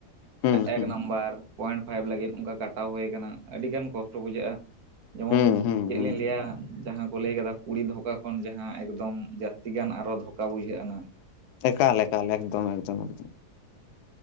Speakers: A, on the left; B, on the right.
A: ᱦᱩᱸ
B: ᱮᱠ
A: ᱦᱩᱸ
B: ᱱᱟᱢᱵᱟᱨ᱾ ᱯᱚᱭᱮᱱᱴ ᱯᱷᱟᱭᱤᱵᱷ ᱞᱟᱹᱜᱤᱫ ᱚᱱᱠᱟ ᱠᱟᱴᱟᱣ ᱦᱩᱭᱩ ᱟᱠᱟᱱᱟ ᱟᱹᱰᱤ ᱜᱟᱱ ᱠᱚᱥᱴᱚ ᱵᱩᱡᱷᱟᱹᱜᱼᱟ᱾ ᱡᱮᱢᱚᱱ
A: ᱦᱩᱸ ᱦᱩᱸ
B: ᱪᱮᱫ
A: ᱦᱩᱸ
B: ᱞᱤᱧ ᱞᱟᱹᱭᱟ ᱡᱟᱦᱟᱸ ᱠᱚ ᱞᱟᱹᱭ ᱠᱟᱫᱟ ᱠᱩᱲᱤ ᱫᱷᱚᱠᱟ ᱠᱷᱚᱱ ᱡᱟᱦᱟᱸ ᱮᱠᱫᱚᱢ ᱡᱟᱹᱥᱛᱤ ᱜᱟᱱ ᱟᱨᱚ ᱫᱷᱚᱠᱟ ᱵᱩᱡᱷᱟᱹᱜ-ᱟ᱾
A: ᱮᱠᱟᱞ ᱮᱠᱟᱞ ᱮᱠᱫᱚᱢ ᱮᱠᱫᱚᱢ ᱮᱠᱫᱚᱢ‌